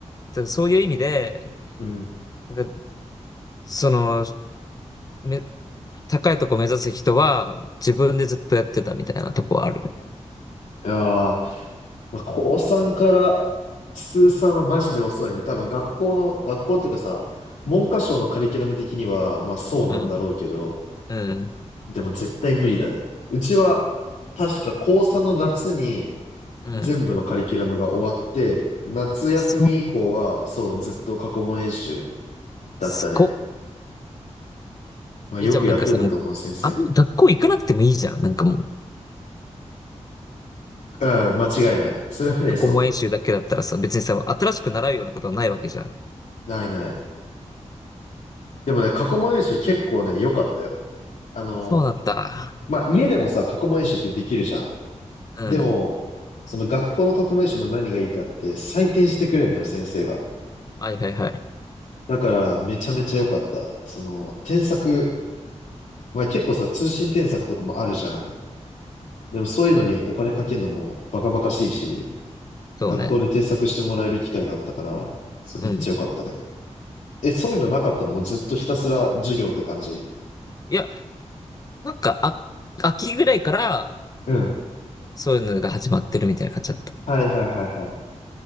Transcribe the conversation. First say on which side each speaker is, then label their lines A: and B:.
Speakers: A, on the left; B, on the left.
A: だからそういう意味で、
B: うん。
A: なんかその、め、高いとこ目指す人は、自分でずっとやってたみたいなとこはあるね。
B: ああ、まあ、高3から通算はマジで遅いね。多分学校の、学校っていうかさ、文科省のカリキュラム的には、まあそうなんだろうけど、
A: うん、うん、
B: でも絶対無理だね。うちは、確か高3の夏に
A: うん。
B: 全部のカリキュラムが終わって、夏休み以降は、
A: そう、
B: そう、ずっと過去問演習だったね。
A: すごっ。
B: まあよくやってたと思う、
A: え、じゃあなんかさ、もう、
B: 先生も。
A: あんま学校行かなくてもいいじゃん。なんかもう、
B: うん、間違いない。それはね、
A: 過去問演習だけだったらさ、
B: そ
A: 別にさ、新しく習うようなことはないわけじゃん。
B: う、ないない。でもね、過去問演習結構ね、良かったよ。あの、
A: そうなんだ。
B: まあ家でもさ、過去問演習ってできるじゃん。
A: うん。
B: でも、その学校の過去名称の何がいいかって採点してくれるのよ、先生が。
A: はいはいはい。
B: だから、めちゃめちゃ良かった。その、添削、まあ結構さ、通信添削とかもあるじゃん。でもそういうのにお金かけるのもバカバカしいし、
A: そうね。
B: 学校で添削してもらえる機会があったから、それめっちゃ良かったね。
A: うん。
B: え、そういうのなかったのもうずっとひたすら授業って感じ。
A: いや、なんか、あ、秋ぐらいから、
B: うん。
A: そういうのが始まってるみたいな感じだった。
B: はいはいはいはい。